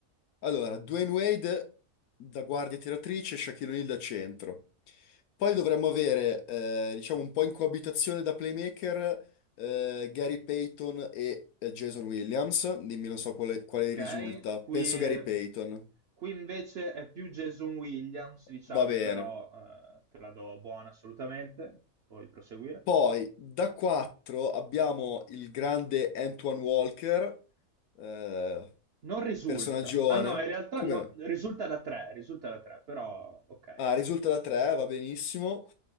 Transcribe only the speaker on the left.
Allora, Dwayne Wade da guardia tiratrice, Shaquille O'Neal da centro. Poi dovremmo avere, eh, diciamo, un po' in coabitazione da playmaker, eh, Gary Payton e eh, Jason Williams. Dimmi, non so quale, quale
risulta.
Penso Gary Payton.
Va bene.
Poi da 4 abbiamo il grande Antoine Walker, eh,
personaggione.
Come
no?
Ah, risulta da 3, va benissimo.